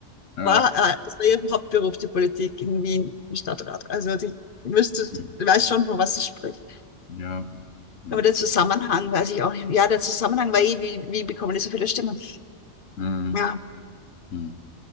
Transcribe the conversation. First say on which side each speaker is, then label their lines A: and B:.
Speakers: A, on the left; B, on the left.
A: Äh,
B: war, äh, das war ihr Hauptberuf, die Politik in Wien im Stadtrat. Also die müsste,
A: hm,
B: weiß schon, von was sie spricht.
A: ja. Hm,
B: Aber der Zusammenhang weiß ich auch nicht. Ja, der Zusammenhang war eh, wie, wie bekommen die so viele Stimmen?
A: hm,
B: Ja.
A: hm. hm.